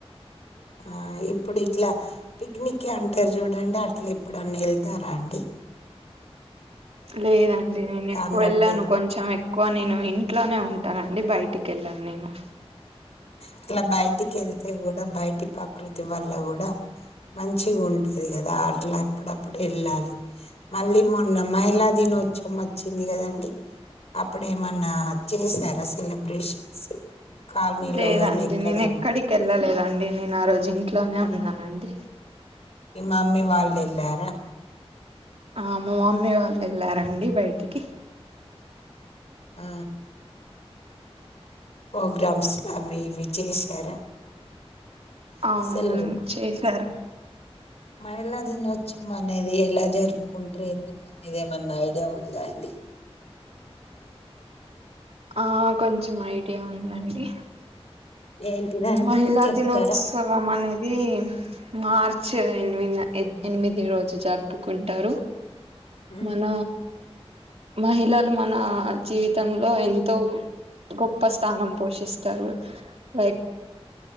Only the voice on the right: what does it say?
లేదండి నేను ఎక్కువ
వెళ్ళను
కొంచం ఎక్కువ నేను ఇంట్లోనే ఉంటానండి బయట ఇంటికెల్లాన్ నేను
లేదండి
నేనెక్కడికి
వెళ్ళలేదండి నేను ఆ రోజు ఇంట్లోనే ఉన్నానండి
ఆ మా మమ్మీ వాళ్ళు వెళ్ళారంండి బయటికి
అవును
చేశారు.
ఆ కొంచం ఐడియ ఉందండి
మహిళ
దినోత్సవమనేది ఇది మార్చ్ ఎనిమిదిన ఎనిమిది రోజు జరుపుకుంటారు
మన మహిళలు మన జీవితంలో ఎంతో గొప్ప స్థానం పోషిస్తారు లైక్